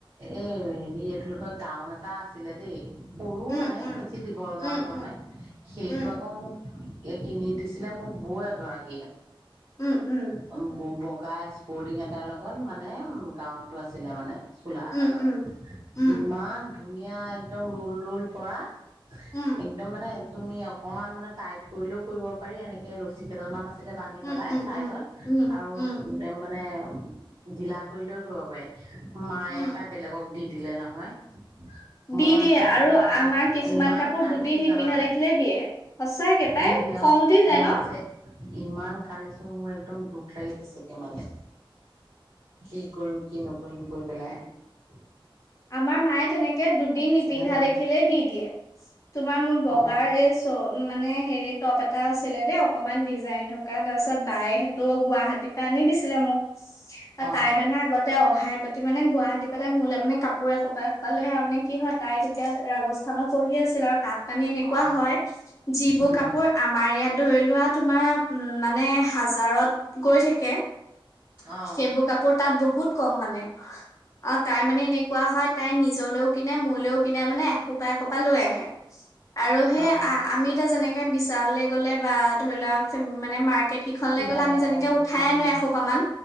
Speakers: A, on the right; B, on the left.
A: এ হেৰি এইটোলোকৰ গাউন এটা আছিলে দেই সৰুও
B: উম
A: মানে
B: উম
A: বেছি দীঘল গাউদ
B: উম
A: নহয়
B: উম
A: সেইটো
B: উম
A: আকৌ মোক। কিনি দিছিলে মোৰ বৌ এগৰাকীয়ে।
B: উম উম
A: অ ব ব কুকা স্পৰ্টিং এটাৰ লগত মানে গ্ৰাউণ্ডটো আছিলে মানে। চোলা এটাৰ
B: উম
A: লগত
B: উম উম
A: ইমান। ধুনীয়া একদম ৰুল ৰুল পৰা।
B: উম
A: একদম মানে তুমি অকমান মানে টাই কৰিলেও কৰিব পাৰি এনেকে ৰছী কেইটাল মান আছে আছিলে বান্ধি
B: উম
A: পেলাই
B: উম
A: চাইদত
B: উম উম
A: আৰু
B: উম
A: মানে ধিলা কৰিলেও কৰিব পাৰি মায়ে
B: উম
A: পায় বেলেগক দি দিলে নহয়।
B: দি
A: মই
B: দিয়ে
A: যে
B: আৰু
A: ইমান
B: আমাক কিছুমান
A: ইমান
B: কাপোৰ
A: কান্দিছো
B: দুদিন নিপিন্ধা
A: জানানে
B: দেখিলে দিয়ে সঁচা পাই কেপাই
A: দি দিয়ে
B: খং
A: অ
B: উঠি যায়
A: মই
B: ন
A: যে ইমান কান্দিছো মোৰ একদম দুখ লাগি গৈছেগৈ মানে কি কৰিম কি নকৰিম কৈ পেলায়
B: আমাৰ মায়ে তেনেকে দুদিন নিপিন্ধা
A: জানা
B: দেখিলে দি দিয়ে তোমাৰ মোৰ বগাৰ
A: অ
B: এই চল না মানে হে টপ এটা আছিলে দেই অকনমান ডিজাইন থকা তাৰপিছত বায়ে সেইটো গুৱাহাটী তেতিয়া আনিদিছিলে মোক ত
A: অ
B: তাই মানে আগতে অহাই প্ৰতি মানে গোৱাই <unintelligible> মোলে মানে কাপ পোৰে খোপাই খোপাই লৈ আহা মানে কি হয় তাই তেতিয়া ৰাজস্থানত পঢ়ি আছিল ও তাত মানি এনেকুৱা
A: অ
B: হয় যিবোৰ
A: উম
B: কাপোৰ আমাৰ ইয়াত ধৰি লোৱা তোমাৰ উ মানে হাজাৰত গৈ থাকে
A: অ
B: সেইবোৰ কাপোৰ তাত বহুত কম মানে অ তাই মানে এনে কোৱা হয় তাই নিজলৈও কিনে মোৰলৈও কিনে মানে এসোপা এসোপা লৈ আহে আৰু হেই
A: অ
B: আ আমি এটা যেনেকে বিশাললে গলে বা ধৰি লোৱা সিম মানে মাক কেফিখনলে
A: কিবা
B: গ'লে আমি
A: লওঁ
B: যেনেকে উঠাই
A: উম
B: আনো এসোপামান